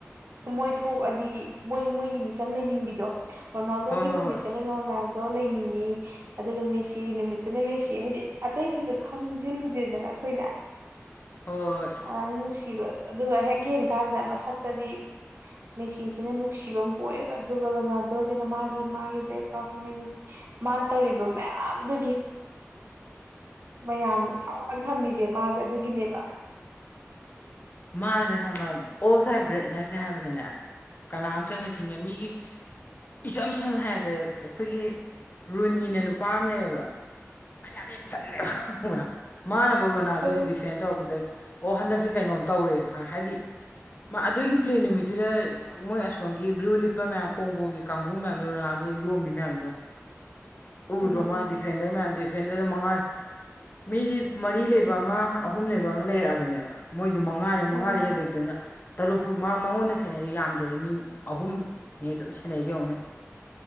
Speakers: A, on the right; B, on the left.
A: ꯃꯣꯏ ꯊꯣꯛꯑꯗꯤ ꯃꯣꯏ ꯃꯣꯏꯒꯤ ꯃꯤꯆꯪ ꯂꯩꯅꯤꯡꯕꯤꯗꯣ ꯔꯣꯅꯥꯜꯗꯣꯒꯤ
B: ꯍꯣꯏ ꯍꯣꯏ
A: ꯅꯨꯃꯤꯠꯇꯅ
B: ꯍꯣꯏ
A: ꯔꯣꯅꯥꯜꯗꯣ ꯂꯩꯅꯤꯡꯉꯤ ꯑꯗꯨꯒ ꯃꯦꯁꯤ ꯅꯨꯃꯤꯠ ꯑꯗꯨꯅ ꯃꯦꯁꯤ ꯍꯥꯏꯗꯤ ꯑꯇꯩꯒꯤꯁꯨ ꯈꯪꯖꯤꯟꯂꯨꯗꯦꯗꯅ ꯑꯩꯈꫭꯏꯅ
B: ꯍꯣꯏ ꯍꯣꯏ
A: ꯑꯗꯥꯏꯅ ꯅꯨꯡꯁꯤꯕ ꯑꯗꯨꯒ ꯍꯦꯛ ꯌꯦꯡꯀꯥꯟꯗ ꯃꯁꯥꯛꯇꯗꯤ ꯃꯦꯁꯤꯁꯤꯅ ꯅꯨꯡꯁꯤꯕ ꯑꯃ ꯄꯣꯛꯑꯦꯕ ꯑꯗꯨꯒ ꯔꯣꯅꯥꯜꯗꯣꯖꯤꯅ ꯃꯥꯒꯤ ꯃꯥꯒꯤ ꯕꯦꯛꯒ꯭ꯔꯥꯎꯟ ꯍ꯭ꯌꯨꯃꯤꯅꯤ ꯃꯥ ꯇꯧꯔꯤꯕ ꯃꯌꯥꯝꯗꯨ ꯃꯌꯥꯝꯅ ꯊꯋꯥꯡꯅ ꯊꯝꯃꯤꯁꯦ ꯃꯥꯁꯦ ꯑꯗꯨꯒꯤꯅꯦꯕ
B: ꯃꯥꯁꯦ ꯈꯪꯕ꯭ꯔ ꯑꯣꯜ ꯇꯥꯏꯝ ꯒ꯭ꯔꯦꯠꯅꯦꯁꯅꯦ ꯍꯥꯏꯕꯗꯅꯦ ꯀꯅꯥꯝꯇꯅ ꯊꯤꯡꯉꯦ ꯃꯤꯒꯤ ꯏꯆꯝ ꯁꯝꯅ ꯍꯥꯏꯔꯕꯗꯦ ꯑꯩꯈꯣꯏꯒꯤ ꯔꯨꯅꯤꯅ ꯅꯨꯄꯥ ꯑꯃꯅꯦꯌꯦꯕ ꯃ ꯌꯥꯝ ꯌꯦꯡ ꯆꯠꯂꯦꯕ ꯎ ꯃꯅ ꯑꯃ ꯔꯣꯅꯥꯜꯗꯣꯁꯤ
A: ꯎꯝ
B: ꯗꯤꯐꯦꯟ ꯇꯧꯔꯛꯄꯗ ꯑꯣ ꯍꯟꯗꯛꯁꯦ ꯀꯩꯅꯣꯝ ꯇꯧꯔꯦꯁ ꯈꯪꯉꯦ ꯍꯥꯏꯗꯤ ꯃꯥ ꯑꯗꯨꯒꯤ ꯄ꯭ꯂꯦꯟ ꯅꯨꯃꯤꯠꯇꯨꯗ ꯃꯣꯏ ꯑꯁꯣꯝꯒꯤ ꯕ꯭ꯂꯨ ꯂꯤꯞꯄ ꯃꯌꯥꯝ ꯀꯣꯡꯒꯣꯒꯤ ꯀꯥꯡꯕꯨ ꯃꯌꯥꯝꯗꯣ ꯔꯣꯅꯥꯜꯗꯣ ꯌꯣꯝꯃꯤ ꯃꯌꯥꯝꯗꯣ ꯎꯔꯣ
A: ꯎꯝ
B: ꯃꯥ ꯗꯤꯐꯦꯟꯗꯔ ꯃꯌꯥꯝꯗꯤ ꯐꯦꯟꯗꯗ ꯃꯉꯥ ꯃꯤꯗꯤ ꯃꯔꯤ ꯂꯩꯕ ꯑꯃ ꯑꯍꯨꯝ ꯂꯩꯕ ꯑꯃ ꯂꯩꯔꯛꯑꯕꯅꯦꯕ ꯃꯣꯏ ꯃꯉꯥꯅꯦ
A: ꯎꯝ
B: ꯃꯉꯥꯗꯤ ꯍꯦꯟꯗꯣꯛꯇꯦꯅ ꯇꯔꯨꯛ ꯐꯨ ꯃꯥ ꯃꯉꯣꯟꯗ ꯁꯦꯟꯅꯩ ꯌꯥꯝꯗ꯭ꯔꯕ ꯃꯤ ꯑꯍꯨꯝꯅꯤ ꯑꯗꯨꯝ ꯁꯦꯟꯅꯩꯗꯤ ꯌꯧꯅꯦ